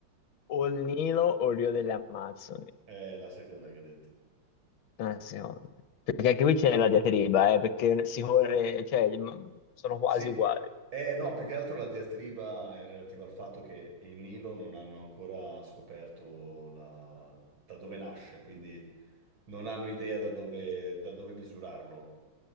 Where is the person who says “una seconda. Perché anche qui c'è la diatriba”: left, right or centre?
Left